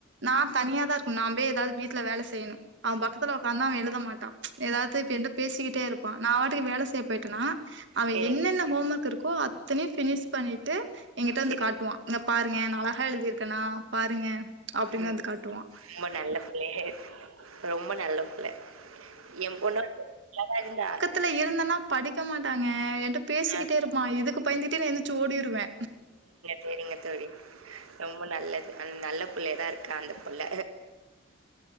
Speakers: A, on the right; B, on the right.
A: நா தனியா தா இருக்ணு நா போய் ஏதாவ்து வீட்ல வேல செய்யணு அவ பக்கத்துல ஒக்காந்தா அவெ எழுத மாட்டா ஏதாவ்து இப்ப ஏன்ட்ட பேசிக்கிட்டே இருப்பா நா வாட்டுக்கு வேல செய்ய போய்ட்டனா அவெ
B: சேரிங்க
A: என்னென்ன ஹோம் ஒர்க் இருக்கோ அத்தனையு ஃபினிஷ் பண்ணிட்டு எங்கிட்ட
B: சேரி
A: வந்து கா காட்டுவா இங்க பாருங்க நா அழஹா எழுதிர்க்கனா பாருங்க அப்டின்னு
B: ம்
A: வந்து காட்டுவா
B: ரொம்ப நல்ல பிள்ளைய ரொம்ப நல்ல புள்ள என் பொண்ணோட நல்லா தா இருந்தா
A: த்துல இந்தனா படிக்க மாட்டாங்க என்ட பேசிக்கிட்டே
B: ஆ
A: இருப்பா இதுக்கு பயந்துட்டே நா சோடிருவே
B: சரிங்க தோழி ரொம்ப நல்லது அன் நல்ல பிள்ளை தா இருக் காந்தபள்ள